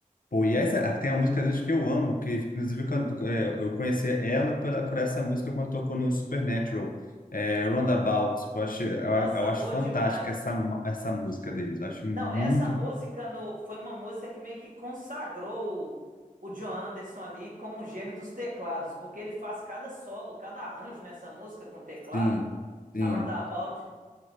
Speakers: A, on the left; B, on the right.
A: Pô, Yes, ah, tem uma música deles que eu amo, que inclusive canto- é, eu conheci ela pela, por essa música quando tocou no Supernatural, é, Roundabout. Eu acho, eu,
B: Nossa,
A: eu
B: boa
A: acho fantástica
B: demais.
A: essa, ma- essa música deles. Acho muito.
B: Não, essa música no, foi uma música que meio que consagrou o, o John Anderson ali como um gênio dos teclados, porque ele faz cada solo, cada arranjo nessa música com teclado,
A: Sim, sim.
B: a Roundabout,